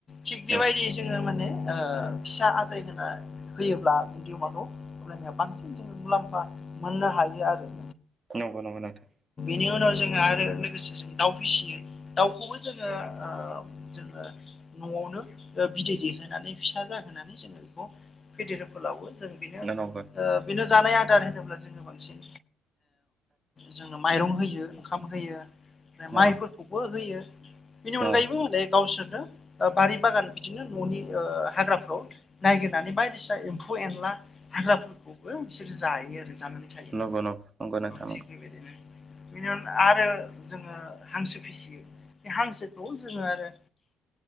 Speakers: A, on the left (about 35°); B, on the right (about 25°).
A: थिग बेबायदि
B: औ
A: जोङो माने फिसा आद्र होयोब्ला बिन्दि अमाखौ खलायनाया बांसिन जोङ मुलाम्फा मोननो हायो आरो।
B: नंगौ नंगौ नोंथां।
A: बिनि उनाव जोङो आरो लोगोसे जों दाउ फिसियो दाउखौबो जोङो जोङो न'आवनो बिदै दैहोन फसा जोनानै जोो बेखौ फेदेर फोलावो जों
B: नंगौ
A: जानाय आदार होनोब्ला जोङो बांसिन जोंओ माइरं होयो ओंखाम होयो। माइफोरखौबो
B: अ
A: होयो बेनि अनगायैबोलै
B: अ
A: गावसोरनो बारि बागान बिदिनो न'नि हाग्राफ्राव नायगिरनानै बायदिसिना एम्फौ एनला हाग्राफोरखौबो बिसोरो जायो आरो। ानानै थायो
B: नंगौ नंगौ नंगौ नोंथां नंगौ
A: थि बेबायदिनोनि आरो जोङो हांसो फिसियो बे हांसोखौ जोङो आरो